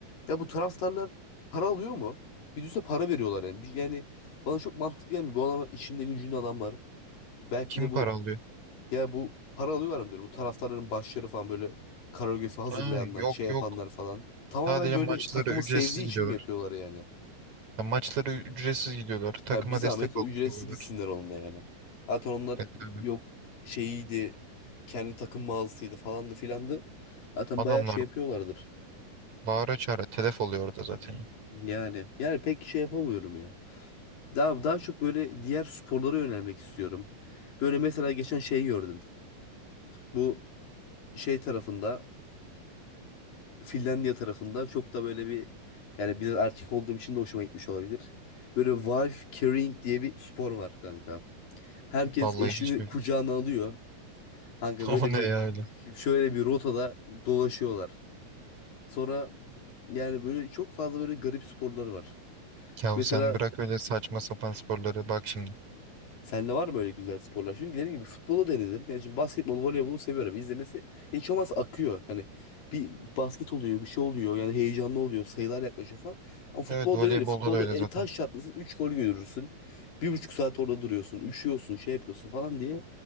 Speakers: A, on the left; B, on the right.
A: Ya bu taraftarlar para alıyor mu? Bir düşünsene para veriyorlar yani. Bir- Yani bana çok mantıklı gelmiyor. Bu adamlar işinde gücünde adam var. Belki
B: Kim
A: de
B: para
A: bu
B: alıyor?
A: ya bu para alıyorlar mı diyorum. Bu taraftarların başları falan böyle koreografi hazırlayanlar,
B: Ha, yok
A: şey yapanlar
B: yok.
A: falan. Tamamen
B: Sadece
A: böyle
B: maçlara
A: takımı
B: ücretsiz
A: sevdiği
B: gidiyorlar.
A: için mi yapıyorlar yani?
B: Ya, maçlara ücretsiz gidiyorlar. Takıma
A: Ya bir zahmet
B: destek
A: o
B: oluyorlar.
A: ücretsiz gitsinler onunla yani. Zaten onlar
B: E, tabii.
A: yok şeyiydi, kendi takım mağazasıydı falandı filandı. Zaten
B: Adamlar
A: bayağı şey yapıyorlardır.
B: bağıra çağıra telef oluyor orada zaten ya.
A: Yani yani pek şey yapamıyorum ya. Daha, daha çok böyle diğer sporlara yönelmek istiyorum. Böyle mesela geçen şey gördüm. Bu şey tarafında, Finlandiya tarafında çok da böyle bir yani biraz erkek olduğum için de hoşuma gitmiş olabilir. Böyle wife carrying diye bir spor var kanka. Herkes
B: Vallahi
A: eşini
B: hiçbir...
A: kucağına alıyor. Kanka
B: <laughs>
A: böyle
B: O ne
A: bir
B: ya öyle?
A: şöyle bir rotada dolaşıyorlar. Sonra yani böyle çok fazla böyle garip sporlar var.
B: Ya
A: Mesela
B: sen bırak öyle saçma sapan sporları bak şimdi.
A: Sende var mı böyle güzel sporlar? Çünkü dediğim gibi futbolu denedim. Yani şimdi basketbol, voleybolu seviyorum. İzlemesi hiç olmazsa akıyor. Hani bir basket oluyor, bir şey oluyor. Yani heyecanlı oluyor. Sayılar yaklaşıyor falan. Ama futbolda
B: Evet voleybolda
A: öyle değil. Futbolda
B: da öyle
A: e,
B: zaten.
A: taş çatlasın 3 gol görürsün. Bir buçuk saat orada duruyorsun. Üşüyorsun, şey yapıyorsun falan diye.